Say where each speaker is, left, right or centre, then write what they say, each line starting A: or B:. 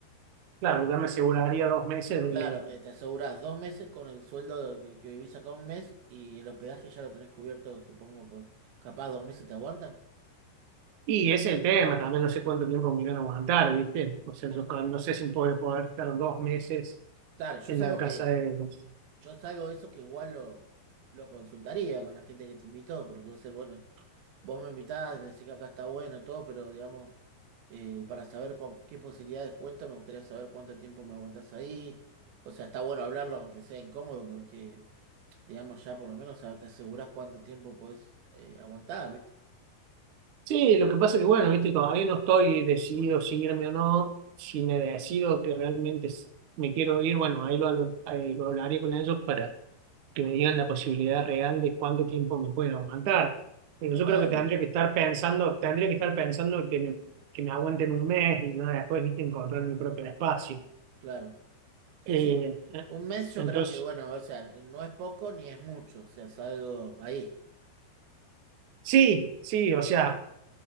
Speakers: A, on the right (about 60°); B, on the right (about 80°).
A: claro, ya me aseguraría dos meses
B: Claro,
A: de...
B: eh, te asegurás dos meses con el sueldo que, que vivís acá un mes y el hospedaje ya lo tenés cubierto, supongo, por capaz dos meses te aguantan.
A: Y ese es el tema, también no sé cuánto tiempo me irán a aguantar, ¿viste? O sea,
B: Porque,
A: yo ca- no sé si puedo poder estar dos meses
B: claro, yo
A: en
B: es algo
A: la casa
B: que
A: de ellos.
B: Yo salgo de eso que igual lo, lo consultaría con la gente que te invitó, porque vos decís, bueno, vos me invitás, me decís que acá está bueno, todo, pero digamos, eh, para saber con qué posibilidades cuento, me gustaría saber cuánto tiempo me aguantás ahí. O sea, está bueno hablarlo, aunque sea incómodo, porque, digamos, ya por lo menos te asegurás cuánto tiempo podés eh, aguantar, ¿viste?
A: Sí, lo que pasa que, bueno, viste, todavía no estoy decidido si irme o no. Si me decido que realmente s- me quiero ir, bueno, ahí lo, habl- ahí lo hablaré con ellos para que me digan la posibilidad real de cuánto tiempo me pueden aguantar. Pero yo
B: Claro,
A: creo que tendría que estar pensando, tendría que estar pensando que me, que me aguanten un mes y no después, viste, encontrar mi propio espacio.
B: claro. Sí,
A: Eh,
B: sí.
A: eh,
B: Un mes yo
A: entonces,
B: creo que, bueno, o sea, no es poco ni es mucho, o sea, salgo ahí,
A: sí, sí, o sea.